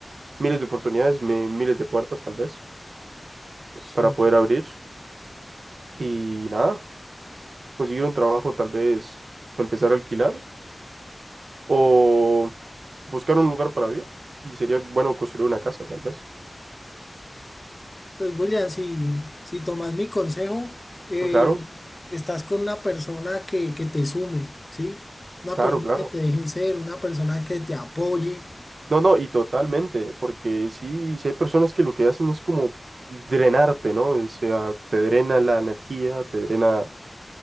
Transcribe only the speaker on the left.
Sí.
Pues William, si, si tomas mi consejo, eh,
estás con una persona que, que te sume, ¿sí? Una
persona
que te deje ser, una persona que te apoye.